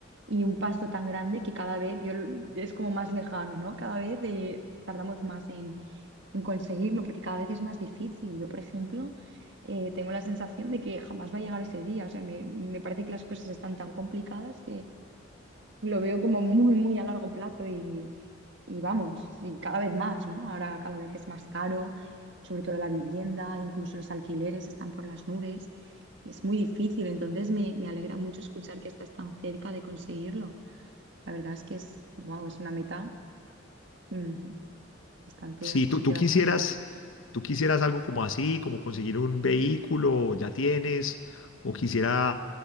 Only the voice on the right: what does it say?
y un paso tan grande que cada vez yo, l- es como más lejano, ¿no? Cada vez eh, tardamos más en, en conseguirlo porque cada vez es más difícil. Yo, por ejemplo, eh, tengo la sensación de que jamás va a llegar ese día. O sea, me, me parece que las cosas están tan complicadas lo veo como muy, muy a largo plazo y, y vamos, y cada vez más, ¿no? Ahora cada vez es más caro, sobre todo la vivienda, incluso los alquileres están por las nubes y es muy difícil. Entonces me, me alegra mucho escuchar que estás tan cerca de conseguirlo. La verdad es que es, wow, es una meta mm, bastante,
bastante,
bastante.